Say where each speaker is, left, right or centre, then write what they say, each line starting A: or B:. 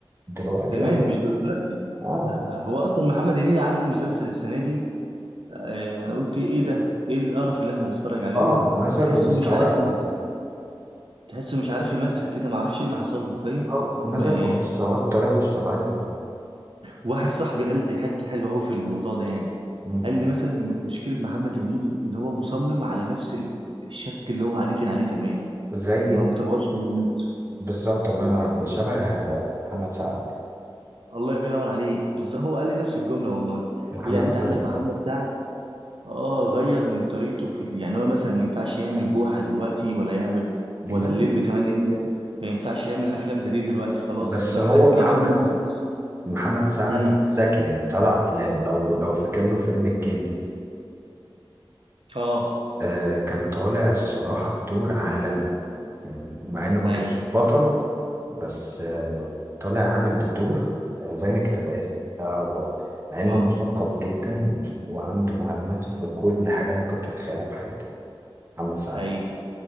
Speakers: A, on the right; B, on the right.
A: دلوقتي
B: زمان
A: اه
B: مش دلوقتي
A: اه
B: لا هو اصلا محمد هنيدي عامل مسلسل السنه دي آه انا قلت ايه ده ايه القرف اللي احنا بنتفرج عليه
A: آه،
B: ده
A: نزل
B: تحسه
A: بمستواه
B: مش عارف يمثل تحسه مش عارف يمثل كده ما اعرفش ايه اللي حصل له فاهم
A: اه نزل
B: ما-
A: بمستواه بطريقه مش طبيعيه
B: واحد صاحبي قال لي حته حلوه قوي في الموضوع ده يعني
A: مم.
B: قال لي مثلا م- مشكله محمد هنيدي ان هو مصمم على نفس ال- الشكل اللي هو عليه كان عليه زمان
A: زي
B: ما مطورش من نفسه
A: بالظبط الله ينور عليك شبه محمد سعد
B: الله ينور عليك بالظبط هو قال لي نفس الجمله والله قال
A: محمد
B: لي يعني انت
A: سعد
B: عندك محمد سعد اه غير من طريقته في ال- يعني هو مثلا ما ينفعش يعمل بوحه دلوقتي ولا يعمل
A: لا،
B: ولا الليمبي 8 ما ينفعش يعمل افلام زي دي دلوقتي خلاص
A: بس
B: لو
A: هو
B: حد
A: محمد
B: لو عملها ما حدش
A: محمد سعد
B: امم
A: ذكي يعني طلع يعني لو لو فاكر له فيلم الكنز
B: اه
A: آه كان طالع الصراحة بدور عالمي يعني مع إنه ما
B: ايوه
A: كانش بطل بس آه طالع عامل الدور آه زي ما الكتاب قال لا هو مع إنه
B: اه
A: مثقف جدا وعنده معلومات في كل حاجة ممكن تتخيلها في حياتك محمد سعد
B: ايوه